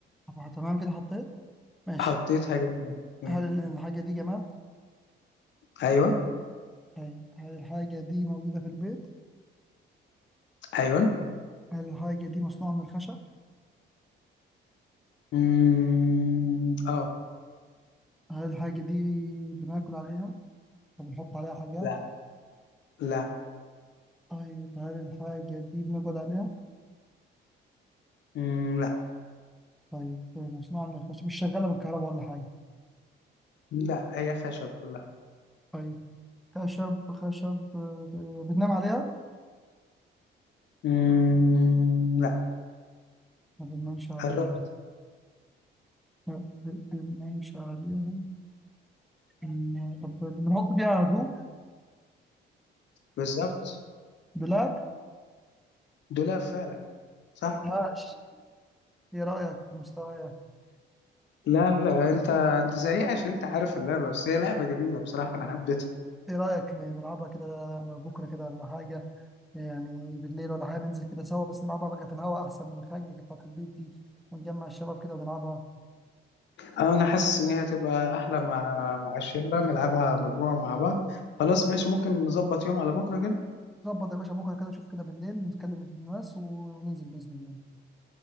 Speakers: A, in the centre; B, on the left.
A: طب تمام كده حطيت ماشي
B: حطيت حاجة في دماغي مم.
A: هل الحاجة دي جماد
B: أيوه
A: طيب هل الحاجة دي موجودة في البيت؟
B: أيوه
A: هل الحاجة دي مصنوعة من الخشب؟
B: مم. أه
A: هل الحاجة دي بناكل عليها؟ طب بنحط عليها حاجات؟
B: لا لا
A: طيب هل الحاجة دي بنقعد عليها؟
B: مم.
A: طيب آه، مصنوعة من الخشب مش شغالة بالكهرباء ولا حاجة
B: لا هي خشب كلها
A: طيب خشب خشب آه، آه، بننام عليها؟
B: مم... لا
A: ما بننامش عليها
B: قربت
A: ما بننامش عليها بن- طب بنحط فيها هدوم
B: بالظبط
A: دولاب؟
B: دولاب فعلا صح
A: هاش ايه رأيك في مستوايا؟
B: لا لا انت انت سريع عشان انت عارف اللعبه بس هي لعبه جميله بصراحه انا حبيتها
A: ايه رأيك ن- نلعبها كده بكرة كده ولا حاجة يعني بالليل ولا حاجة ننزل كده سوا بس نلعبها بقى في الهواء أحسن من الخنجة بتاعة البيت دي ونجمع الشباب كده ونلعبها
B: اه انا حاسس ان هي هتبقى احلى مع مع الشله نلعبها مجموعه مع بعض خلاص ماشي ممكن نظبط يوم على بكره كده
A: ظبط يا باشا بكرة كده شوف كده بالليل نتكلم الناس وننزل بإذن الله